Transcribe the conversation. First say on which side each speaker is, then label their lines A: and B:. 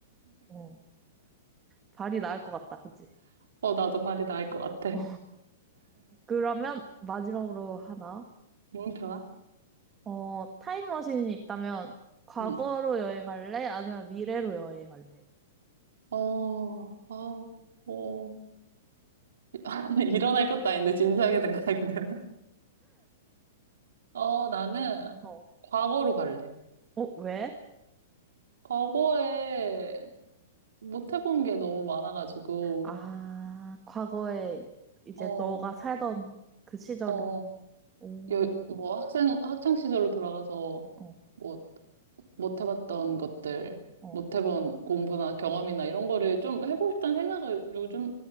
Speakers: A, on the right; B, on the right.
A: 어. 발이 나을 것 같다, 그치?
B: 어, 나도 발이 나을 것 같아.
A: <laughs> 어, 그러면 마지막으로 하나.
B: 응, 좋아.
A: 어, 타임머신이 있다면 과거로
B: 응.
A: 여행할래? 아니면 미래로 여행할래?
B: 어, 어, 어. <laughs> 일어날 것도 아닌데 진지하게 생각하게 되네. 어, 나는
A: 어.
B: 과거로 갈래.
A: 어, 왜?
B: 과거에 못 해본 게 너무 많아가지고.
A: 아, 과거에 이제
B: 어,
A: 너가 살던 그 시절로.
B: 어.
A: 오,
B: 여, 뭐 학생, 학창 시절로 돌아가서
A: 어,
B: 뭐 못 해봤던 것들,
A: 어.
B: 못 해본 공부나 경험이나 이런 거를 좀 해보고 싶다는 생각을 요즘,